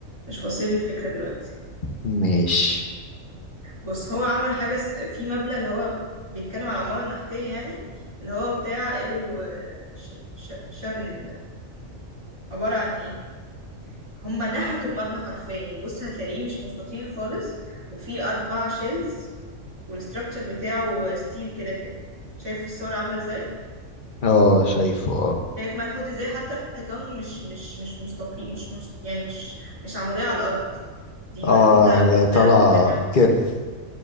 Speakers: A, on the right; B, on the left.
A: مش واصل لي الفكرة دلوقتي
B: ماشي
A: بس هو عمل حاجة س- في مبنى اللي هو بيتكلم على العمارة النحتية يعني اللي هو بتاع ايرو آه، ش... ش... شارنن ده عبارة عن ايه هما نحتوا المبنى حرفيا يعني بص هتلاقيه مش مستطيل خالص وفيه أربع شيلز والاستراكشر بتاعه ستيل كده كده شايف الصور عاملة ازاي
B: اه شايفه اه
A: شايف منحوت ازاي حتى الحيطان مش مش مش مستقيم مش, مش يعني مش مش عمودية على الأرض دي منحوتة
B: اه
A: واخدة
B: هي طالعة
A: واخدة جنب
B: كيرف